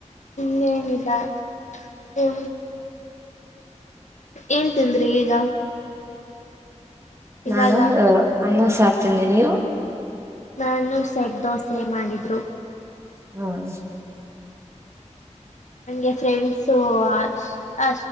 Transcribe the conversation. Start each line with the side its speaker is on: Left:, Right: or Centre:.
Left: ಇನ್ನೇನಿಲ್ಲ ಹ ಏನ್ ತಿಂದ್ರಿ ಈಗ ಇವಾಗ
Right: ನಾನು ಅನ್ನ ಸಾರ್ತಿಂದಿ ನೀವು
Left: ನಾನು ಸೆಟ್ ದೋಸೆ ಮಾಡಿದರು
Right: ಹ್ಮ
Left: ನಂಗೆ ಫ್ರೆಂಡ್ಸು ಅ ಅ